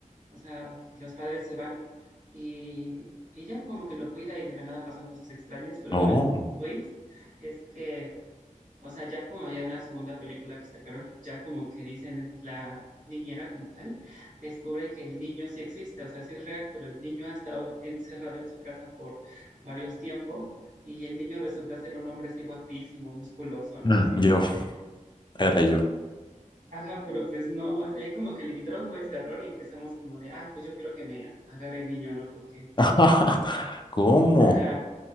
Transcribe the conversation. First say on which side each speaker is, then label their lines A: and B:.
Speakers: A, on the right (about 85°); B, on the left (about 35°).
A: o sea, y los padres se van y ella como que lo cuida y de la nada pasan cosas extrañas, pero
B: Oh,
A: bueno, el twist es que, o sea, ya como ya en la segunda película que sacaron, ya como que dicen eh, la niñera como tal, descubre que el niño sí existe, o sea, sí es real, pero el niño ha estado encerrado en su casa por varios tiempos. Y el niño resulta ser un hombre así guapísimo, musculoso, ¿no?
B: Ah,
A: Así,
B: yo, era yo.
A: ajá, pero pues no, ahí como que le quitaron todo el terror y empezamos como de, ay, pues yo quiero que me agarre el niño, ¿no? Porque
B: <laughs> ¿Cómo?
A: Ajá,